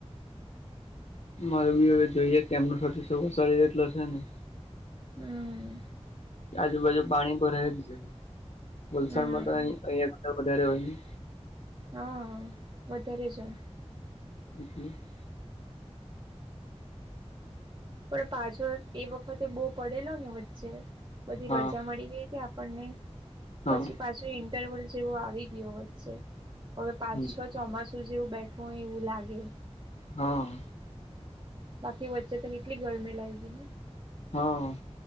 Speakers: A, on the left; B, on the right.
A: મારે બી હવે જોઈએ કે એમનો વારીટલો છે. ને-
B: હમ
A: આજુબાજુ પાણી ભરાય જ છે. વલસાડ
B: હમ
A: માં તો અંયા વધારે હોય ને-
B: હા વધારે જાય -
A: ઓકે <unintelligible>
B: પણ પાછો એ વખતે બહ પડેલો ને વચ્ચે- બધી
A: હા
B: રજા મળી ગઈ હતી આપણને- પછી
A: હા
B: પાછો ઇન્ટરવલ જેવો આવી ગયો વચ્ચે હવે પાછ
A: હમ
B: છો- ચોમાસું જેવું બેઠવું હોય એવું લાગે-
A: હા-
B: બાકી વચ્ચે તો કેટલી ગરમી લાગ ગઈ ને-
A: હા